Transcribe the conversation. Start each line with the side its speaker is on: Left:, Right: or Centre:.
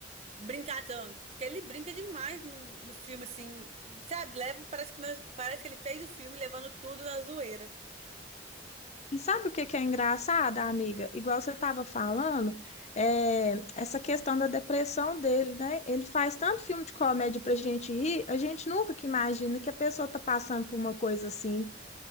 Right: brincar tanto, porque ele brinca demais no, no filme assim, sabe? Leva, parece que na- parece que ele fez o filme levando tudo na zoeira.
Left: E sabe o que que é engraçado, amiga? Igual você estava falando, é, essa questão da depressão dele, né? Ele faz tanto filme de comédia pra gente rir, a gente nunca que imagina que a pessoa tá passando por uma coisa assim.